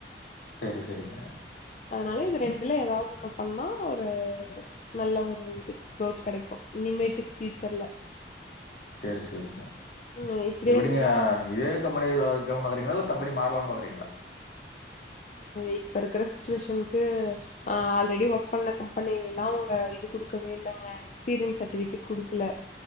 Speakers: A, on the left; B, on the left.
A: சேரி செரிங்க
B: அதனால இது ரெண்டுல எதாவது ஒன்னு பண்ணா ஒரு நல்ல ஒரு இது குரோத் கிடைக்கு இனிமேட்டு ஃபியூச்சர்ல
A: செரி செரிங்க
B: ம் இப்படியே
A: இதவிடுங்க
B: இருந்தா
A: இதே கம்பனில வேல இருக்கானு பாக்கிறிங்களா இல்ல கம்பெனி மாறலா பாக்கிறிங்களா
B: இப்ப இருக்ற சிச்சுவேஷனுக்கு ஹ ஆல்ரெடி ஒர்க் பண்ண கம்பெனிலல்லா உங்க இது குடுக்கவே இல்லைங்க எக்ஸ்பீரியன்ஸ் சர்டிபிகேட் குடுக்கல